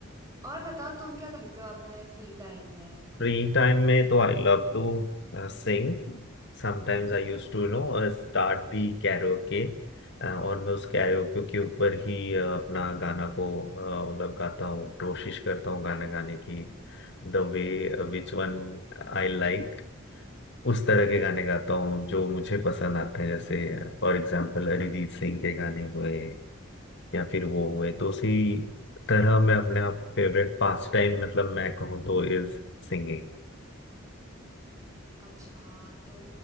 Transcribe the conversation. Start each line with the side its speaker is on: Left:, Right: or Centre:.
Right: और बताओ तुम क्या करते हो अपने फ्री टाइम में
Left: फ्री टाइम में तो I love to sing Sometimes I use to know start the karaoke और मैं उस कैरोके के ऊपर ही uh, अपना गाना को uh, मतलब गाता हूँ कोशिश करता हूँ गाना गाने की The way which one I like उस तरह के गाने गाता हूँ जो मुझे पसंद आते हैं जैसे फॉर एग्जाम्पल अरिजीत सिंह के गाने हुए या फिर वो हुए तो उसी तरह मैं अपने आप फेवरेट पास टाइम मतलब मैं कहूँ तो इज सिंगिंग
Right: अच्छा तो